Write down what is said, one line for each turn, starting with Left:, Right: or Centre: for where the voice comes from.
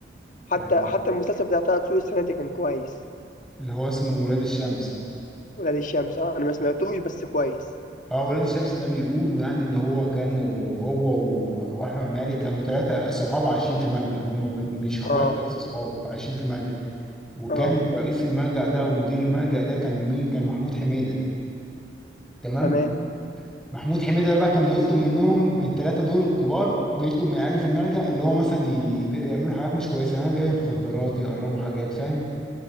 Left: حتى
Centre: يعني
Left: حتى المسلسل بتاع طه دسوقي السنة دي كان كويس
Centre: اللي هو اسمه ولاد الشمس
Left: ولاد الشمس آه أنا ما سمعتوش بس كويس
Centre: اه ولاد الشمس ده بيقولوا يعني اللي هو كانوا هو و- واحمد مالك كانوا ثلاثة صحاب عايشين في ملجأ هم ب- مش اخوات
Left: آه
Centre: بس صحاب عايشين في ملجأ وكان
Left: آه
Centre: رئيس الملجأ ده او مدير الملجأ ده كان مين كان محمود حميدة تمام
Left: تمام
Centre: محمود حميدة ده بقى كان بيطلب منهم من الثلاثة دول الكبار بيطلب من العيال في الملجأ اللي هو مثلا ي- بي- يعملوا حاجات مش كويسة يعني بيعملوا مخدرات يهربوا حاجات فاهم